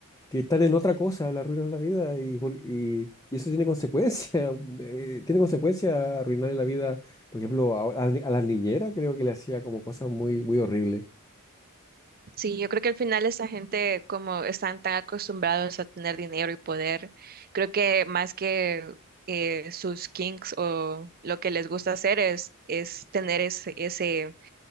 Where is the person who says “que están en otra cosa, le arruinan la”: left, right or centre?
Left